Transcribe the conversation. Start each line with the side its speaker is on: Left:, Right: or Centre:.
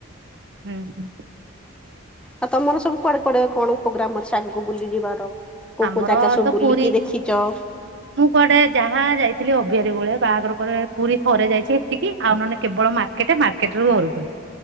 Right: ହୁଁ ହୁଁ।
Centre: ଆଉ ତମର ସବୁ କୁଆଡେ କୁଆଡେ କଣ ପ୍ରୋଗ୍ରାମ ଅଛି ଆଗକୁ ବୁଲି ଯିବାର? କୋଉ
Right: ଆମର
Centre: କୋଉ ଜାଗା ସବୁ
Right: ତ
Centre: ବୁଲିକି
Right: ପୁରୀ
Centre: ଦେଖିଚ?
Right: ମୁଁ କୁଆଡେ ଯାହା ଯାଇଥିଲି ଅବହାରୀ ବେଳେ ଆଉ ବାହାଘର ପରେ ପୁରୀ ଥରେ ଯାଇଛି ଏତିକି ଆଉ ନହନେ କେବଳ ମା କେତେ ମାର୍କେଟରୁ ଘରୁକୁ।